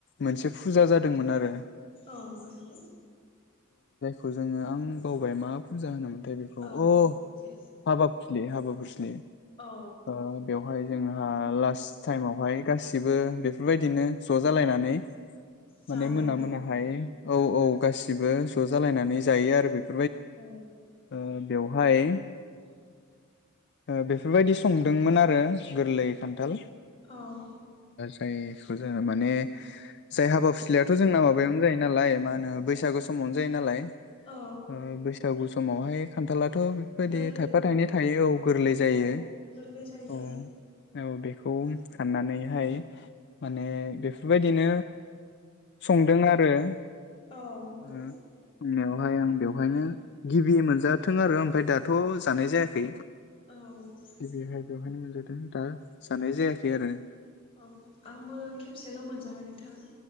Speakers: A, on the left (about 55°); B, on the left (about 25°).
A: मोनसे फुजा जादोंमोन आरो।
B: औ नोंग।
A: खौ जोङो आं बावबाय मा फुजा होनोमोनथाय बे
B: औ
A: अ
B: जि
A: हाबाब फिलि हाबाब। गुुसलि।
B: औ
A: ओ बेवहाय जोंहा लास्ट टाइमआवहाय। गासिबो बेफोरबायदिनो ज' जालायनानै।
B: जादोंमोन
A: माने मोना मोनाहाय
B: आरोना
A: औ औ। गासिबो ज' जालायनानै जायो आरो बेफ
B: अ।
A: ओ बेवहाय। ओ बेफोरबायदि संदोंमोन आरो गोरलै खान्थाल।
B: औ।
A: दाइखौ जोङो माने। जाय हाबा फिस्लायाथ जोंना माबायावनो जायो नालाय। मा होनो बैसागु समावनो जायो नालाय।
B: औ
A: ओ बैसागु स अमावहाय। खान्थाला थ बेफोरबायदि
B: गोरलै
A: थायफा थाइनै थायो औ गोरलै जायो
B: औ गोरलै जायो
A: औ औ बेखौ हाननानै। हाय माने बेफोरबायदिनो संदों आरो। उम
B: औ नंगौ
A: बुंनायावहाय ओं बेवहायनो। गिबि मोनजा थों आरो ओमफ्राय दाथ जानाय जायाखै।
B: औ औ
A: बेहाय बेवहायनो मोनजादों दा। साननाय जायाखै आरो।
B: औ आंबो खेबसेल मोनजाबाय नोंथां।